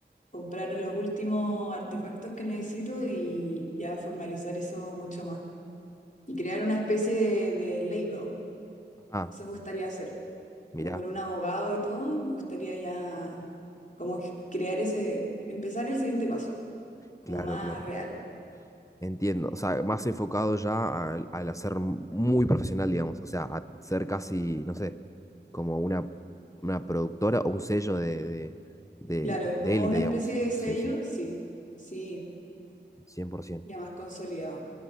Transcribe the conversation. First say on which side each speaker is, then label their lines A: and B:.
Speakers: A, on the left; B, on the left.
A: comprar los últimos artefactos que necesito y ya formalizar eso mucho más. y crear una especie de, de label.
B: Ah,
A: Eso me gustaría hacer,
B: mirá,
A: como con un abogado y todo, me gustaría ya como crear ese, empezar el siguiente paso, como
B: claro,
A: más
B: claro.
A: real.
B: Entiendo. O sea, más enfocado ya al, al hacer muy profesional, digamos. O sea, a ser casi, no sé, como una, una productora o un sello de, de, de,
A: Claro,
B: de
A: como
B: élite,
A: una
B: digamos.
A: especie de sello,
B: Sí, sí,
A: sí, sí,
B: 100%.
A: ya más consolidado.